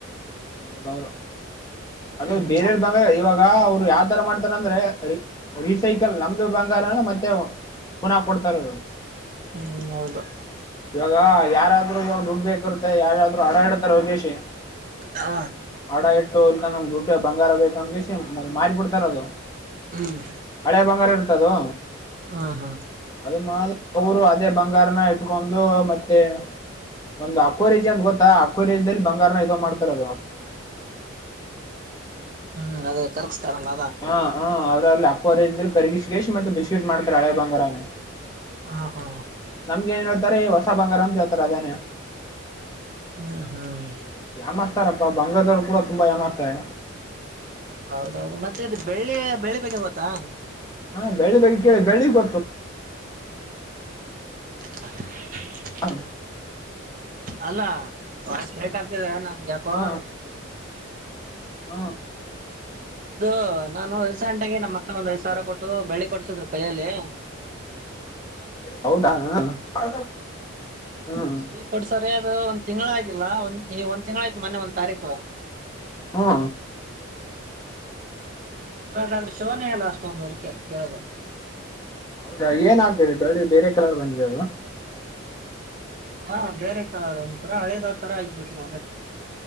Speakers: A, on the left; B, on the right.
A: ಹೌದೌದು ಅದು
B: ಹ್ಮ್
A: ಬೇರೆೆ ಬ ಇವಾಗ ಅವ್ರು ಯಾವ್ತರ ಮಾಡ್ತಾರ ಅಂದ್ರೆ ರಿಸೈಕಲ್ ನಮ್ದು ಬಂಗಾರನ ಮತ್ತೆ <unintelligible> ಪುನಃ ಕೊಡ್ತಾರರು
B: ಹ್ಮ್ ಹೌದು
A: ಇವಾಗ ಯಾರಾದ್ರು ಇವಾಗ ದುಡ್ಡು ಬೇಕಿರುತ್ತೆ ಯಾರಾದ್ರು ಅಡಾಡ್ತಾರೆ ಹೋಗೆಸಿ
B: ಹಾ
A: ಹಡ ಇಟ್ಟು ಇಲ್ಕಂದಮ್ ದುಡ್ ಬಂಗಾರ ಬೇಕ ಅಂತ ಮಾರಿ ಬಿಡ್ತಾರ ಅದು
B: ಹ್ಮ್
A: ಹಳೆ ಬಂಗಾರ ಇರ್ತದು
B: ಹಾ ಹಾ
A: ಅದ ಮಾ ಅವರು ಅದೇ ಬಂಗಾರನ ಇಟ್ಕೊಂಡು ಮತ್ತೆ ಒಂದ ಅದು ಅಕ್ ಕ್ವೇರಿಜೆಯಲ್ಲಿಅಂತ ಗೊತ್ತಾ ಅಕ್ವೇರಿಯೆಯಲ್ಲಿ ಬಂಗಾರ ಇದು ಮಾಡ್ತಾರೆ
B: ಹ್ಮ್ ಅದು ಕರ್ಸ್ತಾರಲ್ಲ
A: ಹಾ ಹ್ಮ ಅದ್ರ ಅಲ್ಲಿ ಅಕ್ಕ ರ ಕರಿಗಿಸ ಗೇಶ್ ಮತ್ತೆ ಬಿಸ್ಕಿಟ್ ಮಾಡ್ತಾರೆ ಹಳೆ ಬಂಗಾರಾನೇ
B: ಹಾ ಹಾ
A: ನಮ್ಗೆ ಏನ್ ಹೇಳ್ತಾರೆ ಹೊಸ ಬಂಗಾರ ಅ ಹೇತಾರೆ ಅದೇನೆ ಏನಂತಾರೆ ಹೊಸ ಬಂಗಾರ ಅಂತ ಹೇಳ್ತಾರೆ ಅದನ್ನೇ
B: ಹ್ಮ್ ಹ್ಮ್
A: ವ್ಯಾಮಸ್ತಾರಪ್ಪ ಬಂಗಳದವರ್ರು ಕೂಡ ತುಂಬಾ ಯಾಮರಿಸ್ತಾರೆ
B: ಹೌದೌದು ಮತ್ತೆ ಅದು ಬೆಳ್ಳಿ ಬಗ್ಗೆ ಗೊತ್ತಾ
A: ಹಾ ಬೆಳ್ಳಿ ಬಗ್ಗೆ ಕೇಳಿನಿ ಬೆಳ್ಳಿ ಬಗ್ಗೆ ಗೊತ್ತು
B: ಹಾ
A: ಹಾಂ
B: ಅಲ್ಲ ವಾಯ್ಸ್ ಬ್ರೇಕ್ ಆಗ್ತಿದೆ ನ ಯಾಕೋ
A: ಹಾ ಹಾ
B: ಇದು ನಾನು ರೀಸೆಂಟ್ ಆಗಿ ನಮ್ಮ್ ಅಕ್ಕ ಒಂದ್ ಐದ
A: ಹೌದಾ
B: ಸಾವಿರ ಕೊಟ್ಟು ಬೆಳ್ಳಿ ಕೊಡ್ಸಿದ್ರು ಕೈಯಲ್ಲಿ
A: ಹೌದಾ ಹ ಹ್ಮ್
B: ಕೊಡ್ಸರಿ ಅದು ಒಂದ್ ತಿಂಗಳಗಿಲ್ಲ ಒಂದ್ ತಿಂಗಳ ಆಾಯ್ತು ಇಂದು ಒಂದ ತಾರೀಕು
A: ಹಾ
B: ಕದ ಶಿವನಲ್ಲ ಅಷ್ಟೊಂದು ಕೇಳದ
A: ಹೌದಾ ಏನ್ ಆಗ್ತಿದೆ ಬೆಳ್ಳಿ ಗೆ ಬೇರೆ ಕಲರ್ ಬಂದಿದೆ ಯಾ
B: ಹಾ ಬೇರೆ ಒಂತರ ಹಳೆದ ಆ ತರ ಆಗಿಬಿಟ್ಟಿದೆ